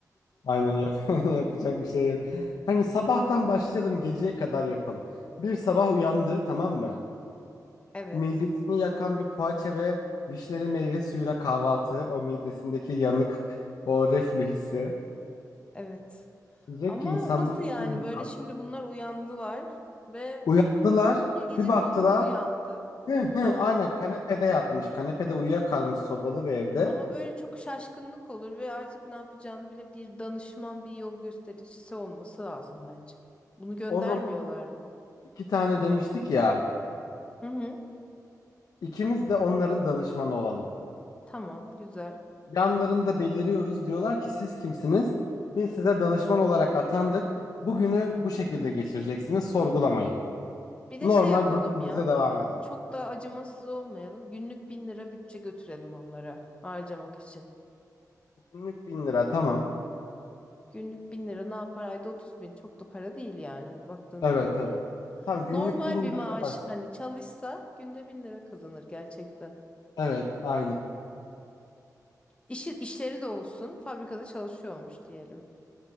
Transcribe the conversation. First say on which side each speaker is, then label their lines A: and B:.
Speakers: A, on the left; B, on the left.
A: Aynen yap <laughs> yapacak bir şey yok. Hani sabahtan başlayalım geceye kadar yapalım. Bir sabah uyandı tamam mı?
B: Evet.
A: Midesini yakan bir poğaça ve vişneli meyve suyuyla kahvaltı. O midesindeki yanık, o reflü hissi.
B: Evet.
A: Diyecek
B: Ama
A: ki insanlar
B: nasıl yani
A: bununla mı
B: böyle
A: kaldı?
B: şimdi bunlar uyandılar ve
A: Uyandılar,
B: bir gece
A: bir baktılar.
B: konuda da uyandı.
A: Hı hı,
B: Tamam.
A: aynen kanepede yatmış. Kanepede uyuyakalmış sobalı bir evde.
B: Ama böyle çok şaşkınlık olur ve artık ne yapacağını bile bir danışman, bir yol göstericisi olması lazım bence. Bunu göndermiyorlar
A: O zaman
B: mı?
A: iki tane demiştik ya.
B: Hı hı.
A: İkimiz de onların danışmanı olalım.
B: Tamam, güzel.
A: Yanlarında beliriyoruz. Diyorlar ki siz kimsiniz? Biz size danışman olarak atandık. Bugünü bu şekilde geçireceksiniz. Sorgulamayın.
B: Bir de
A: Normal
B: şey yapalım
A: rutininize
B: ya.
A: devam edin.
B: Çok da acımasız olmayalım. Günlük bin lira bütçe götürelim onlara harcamak için.
A: Günlük bin lira tamam.
B: Günlük bin lira ne yapar? Ayda 30 bin. Çok da para değil yani baktığın
A: Evet
B: zaman.
A: evet. Tamam günlük
B: Normal
A: bin
B: bir
A: lirayla
B: maaş.
A: başla.
B: Hani çalışsa günde bin lira kazanır gerçekten.
A: Evet aynen.
B: İşi, işleri de olsun. Fabrikada çalışıyormuş diyelim.